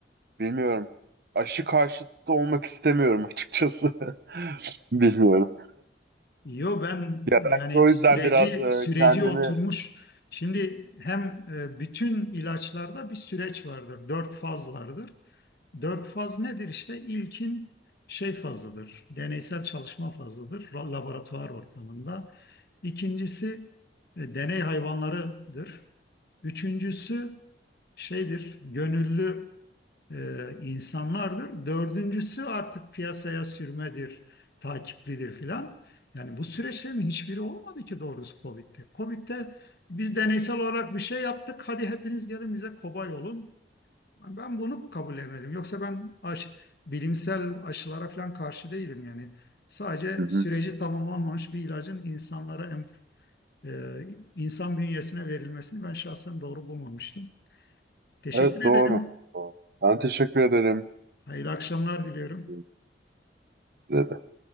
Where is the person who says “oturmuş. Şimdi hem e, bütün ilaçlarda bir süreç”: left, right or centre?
Left